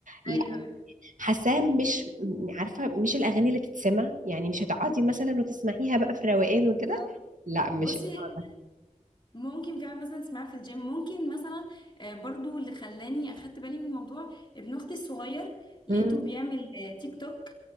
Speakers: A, on the right; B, on the left.
A: لا
B: ايوه
A: حاساها مش م- عارفه مش الاغاني اللي تتسمع يعني مش هتقعدي مثلا وتسمعيها بقى في روقان وكده
B: بالظبط
A: لا مش
B: بصي
A: النوع ده
B: ممكن كمان مثلا تسمعها في الجيم ممكن مثلا آه، برضو اللي خلاني اخدت بالي من الموضوع ابن اختي الصغير لقيته
A: مم.
B: بيعمل آه، تيك توك